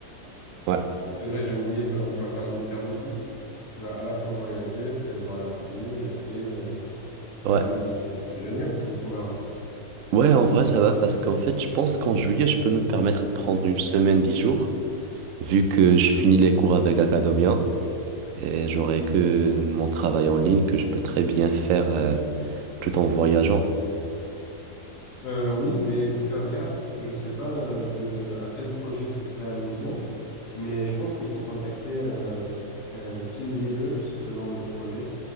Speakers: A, on the right (about 65°); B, on the left (about 70°).
A: ouais.
B: c'est vrai, j'avais oublié ça. Donc tu vas faire d'une pierre deux coups. Tu vas à la fois voyager, peut-être voir la famille et euh,
A: Ouais,
B: faire le DJ. C'est génial comme programme.
A: Ouais, en vrai, ça va parce qu'en fait, je pense qu'en juillet, je peux me permettre de prendre une semaine, dix jours, vu que je finis les cours avec Academia et j'aurai que mon travail en ligne que je peux très bien faire euh, tout en voyageant.
B: Euh, oui, mais il faut faire gaffe. Je sais pas euh, de à quel projet tu fais allusion, mais je pense qu'il faut contacter un, un team leader selon le projet